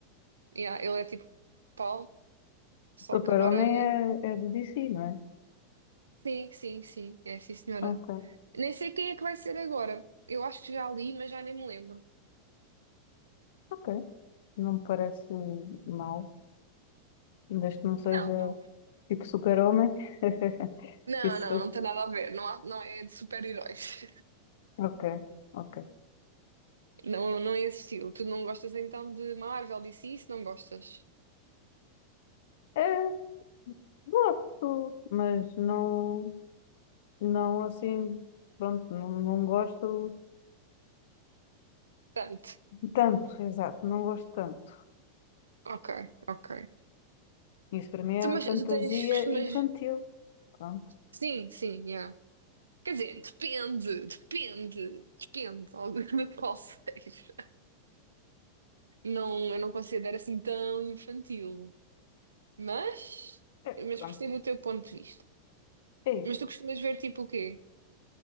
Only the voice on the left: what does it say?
Super-Homem
é, é de DC, não é?
Ok,
ok. Não me parece mau, desde que não seja
tipo Super-Homem. <laughs>
Isso,
ok, ok.
É, gosto, mas não. Não, assim, pronto, não, não gosto
tanto, exato, não gosto tanto.
Isso para mim é
fantasia
infantil. Pronto,
é,
pronto,
é isso.